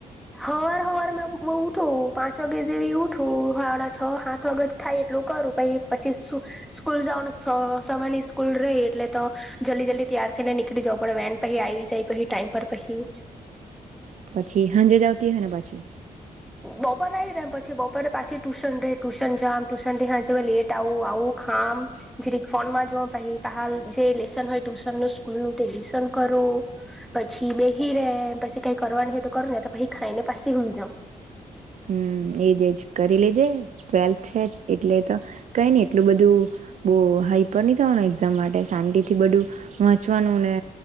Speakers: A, in the centre; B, on the right.
A: હવાર હવાર માં બ ઉઠું પાંચ વાગે જેવી ઉઠું હડા છ સાઠ વાગે થાય એટલું ું પ પછી સ્કૂલ જવાનું સમય ની સ્કૂલ ર એટલે તો જલ્દી જલ્દી ત ઈને નીકળી જવ પડે વેન પછી આવી જાય પછી ટાઈમ પર પછી
B: પછી સાંજે જ આવતી હ ને પછી
A: બપોરે આવી રમ પછી બપોરે પાછી ટ્યુશન રહે ટ્યુશન જામ ટ્યુશનથી હા જ લેટ આવું આવું ખામ જે ર ફોનમાં જો ભાઈ ાલ જે લેસન હોય ટ્યુશન નું સ્કૂલ નું તે લેસન કરું પછી બેહી રેમ પછી કઈ કરવાની હો તો કર ને તો પછ ખાઈ ને પાસે હોન જમ
B: હમ એજજ કરી લેજે ટ્વેલ્થ છે એટલે તો કઈ નને એટલું બધું બહ હાઈપર ની જવાનું એક્ઝામ માટે શાંતિ થી બધું વંચવાનું ને